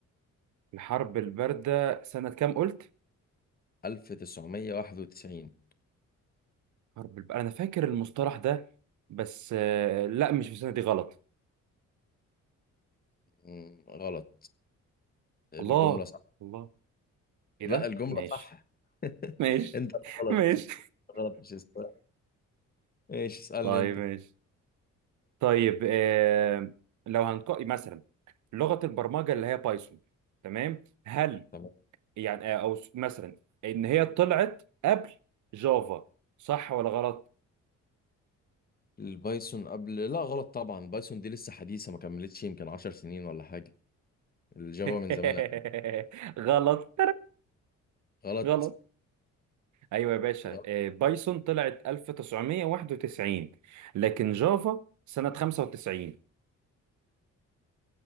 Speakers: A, on the right; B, on the left.
A: الحرب الباردة سنة كام قلت؟
B: 1991
A: حرب الباردة أنا فاكر المصطلح ده بس آه، لا مش في السنة دي غلط
B: مم، غلط الجمله
A: الله
B: صح
A: الله إيه
B: لا
A: ده؟
B: الجمله
A: ماشي
B: صح <laughs>
A: ماشي
B: انت
A: <laughs>
B: غلط
A: ماشي
B: غلط مش السؤال ايش اسالني
A: <laughs> طيب
B: انت
A: ماشي طيب آه، لو هنقول مثلا لغة البرمجة اللي هي بايثون تمام هل
B: تمام
A: يعني آه، أو س- مثلا إن هي طلعت قبل جافا صح ولا غلط؟
B: البايثون قبل لا غلط طبعا بايثون دي لسه حديثه ما كملتش يمكن 10 سنين ولا حاجه الجافا
A: <laughs>
B: من زمان
A: غلط
B: غلط
A: غلط ايوه يا باشا
B: غلط
A: آه، بايثون طلعت 1991 لكن جافا سنة 95